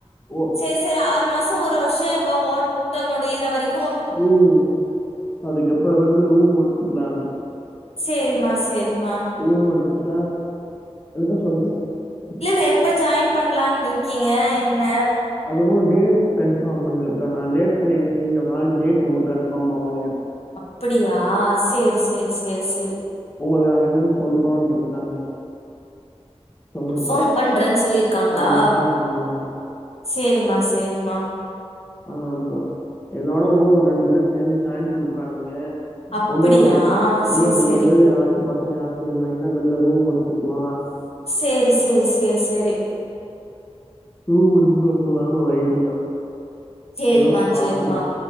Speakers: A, on the left (about 20°); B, on the left (about 65°).
A: ஓ
B: சேர் சேரி ஆறு மாசம் ஒரு வருஷம் ஓட்ட முடியிற வரைக்
A: ம் அதுக்கப்பற வெளில ரூம் எடுத்துக்கலானு
B: சேரிமா சேரிமா
A: ரூம் எடுத்துட்டா என்னக்கா சொல்லுக்கா
B: இல்ல இல்ல எப்ப ஜாயின் பண்லானு இருக்கீங்க என்ன
A: அதுவு டேட் கன்ஃபார்ம் பண்லக்கா நா லேட்டர் என்டரிங்கறனால டேட் ஒன்னு கன்ஃபார்ம் ஆகலயா
B: அப்படியா சேரி சேரி சேரி சேரி
A: உங்ளுக்கு அங்க என்னன்னு சொல்றோன்னு இருக்காங்க சொல்லட்டும்
B: போன் பண்றேனு சொல்லிருக்காங்களா
A: ஆமா கால் பண்ணுவாங்க
B: சேரிமா சேரிமா
A: ஆமாகா என்னோட இண்ணு ஒரு ரெண்டு பேர் சேந்து ஜாயின் பண்றானுங்க
B: அப்படியா
A: வுன்னொரு உன்னு
B: சேரி
A: ரெண்டு
B: சேரி
A: பேரு யாராச்சும் பசங்க யாராச்சு <unintelligible> வெளில ரூம் எடுத்துக்கலா
B: சேரி சேரி சேரி சேரி
A: தூங்கி <unintelligible> கலான்னு ஒரு ஐடியா
B: சேரிம்மா
A: நியூஸ் பாக்கறா
B: சேரிம்மா